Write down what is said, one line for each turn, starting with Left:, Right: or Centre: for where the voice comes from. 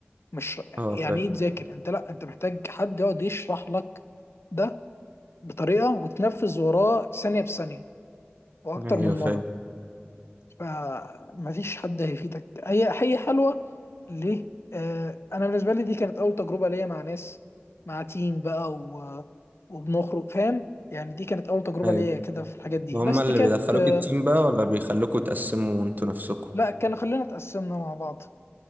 Left: مش
Right: اه فاهم
Left: يعني ايه تذاكر انت لا انت محتاج حد يقعد يشرح لك ده بطريقه وتنفذ وراه ثانيه بثانيه واكتر
Right: ايوه
Left: من
Right: فاهم
Left: مره فمفيش حد هيفيدك هي هي حلوه ليه آه انا بالنسبه لي دي كانت اول تجربه ليا مع ناس مع تيم بقى و... وبنخرج فاهم يعني دي كانت اول تجربه
Right: ايوه
Left: ليا كده في الحاجات دي
Right: هما
Left: بس
Right: اللي
Left: دي كانت
Right: بيدخلوك
Left: آه،
Right: التيم بقى ولا بيخلوكوا تقسموا انتوا نفسكوا
Left: لا كان خلينا اتقسمنا مع بعض